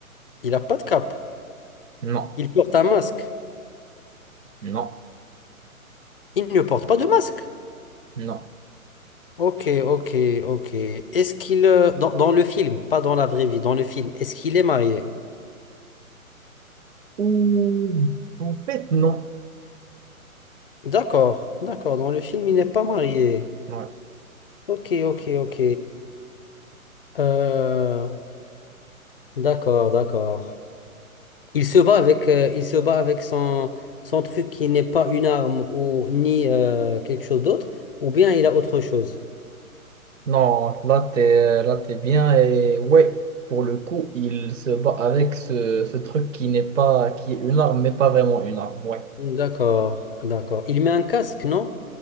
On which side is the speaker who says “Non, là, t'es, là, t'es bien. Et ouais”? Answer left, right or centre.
Right